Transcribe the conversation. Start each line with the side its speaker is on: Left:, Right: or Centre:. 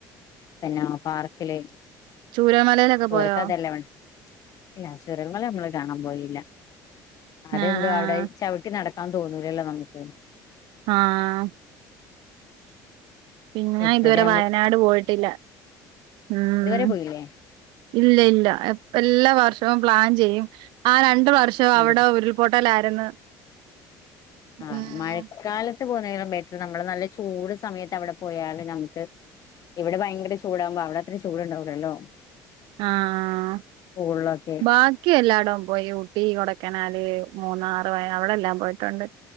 Left: പിന്നെ പാർക്കില്
Right: ചൂരൽമലയിലൊക്കെ പോയോ
Left: ഓർക്ക് അതെല്ലേ വേണ്ട ഇല്ല ചൂരൽമല നമ്മള് ഞാൻ പോയില്ല അതെന്തോ
Right: ആഹ് ആഹ്
Left: അവിടെ ചവിട്ടി നടക്കാൻ തോന്നൂലല്ലോ നമുക്ക്
Right: ആഹ് പിന്ന
Left: എത്രയൊക്കെ
Right: ഇതുവരെ വയനാട് പോയിട്ടില്ല ഉം
Left: ഇത് വരെ പോയില്ലേ
Right: ഇല്ല ഇല്ല എല്ലാ വർഷവും പ്ലാൻ ചെയ്യും ആ രണ്ട് വർഷം അവിടെ
Left: അതെ
Right: ഉരുൾപൊട്ടലായിരുന്നു
Left: ആഹ്
Right: ഉം
Left: മഴക്കാലത്ത് പോകുന്നേക്കാളും ബെറ്റർ നമ്മള് നല്ല ചൂട് സമയത്ത് അവിടെ പോയാല് നമുക്ക് ഇവിടെ ഭയങ്കര ചൂടാകുമ്പോ അവിടെ അത്ര ചൂടുണ്ടാവൂലല്ലോ
Right: ആഹ്
Left: സ്കൂളിലൊക്കെ
Right: ബാക്കി എല്ലാ ടോം പോയി ഊട്ടി കൊടേക്കനാല് മൂന്നാറ് വയ അവിടെല്ലാം പോയിട്ടുണ്ട്